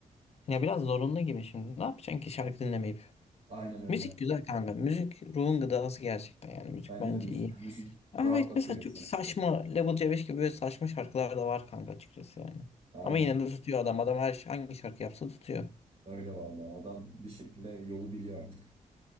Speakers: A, on the left; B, on the right.
A: Ya biraz zorunlu gibi şimdi. Ne yapacaksın ki şarkı dinlemeyip?
B: Aynen öyle.
A: Müzik güzel kanka. Müzik ruhun gıdası gerçekten yani. Müzik
B: Bence
A: bence
B: de müzik
A: iyi.
B: müzik
A: Ama
B: rahatlatıyor
A: evet, mesela
B: insanı.
A: çok saçma Level C5 gibi böyle saçma şarkılar da var kanka açıkçası yani.
B: Aynen.
A: Ama yine de tutuyor adam. Adam her hangi şarkı yapsa tutuyor.
B: Öyle vallahi adam bir şekilde yolu biliyor artık.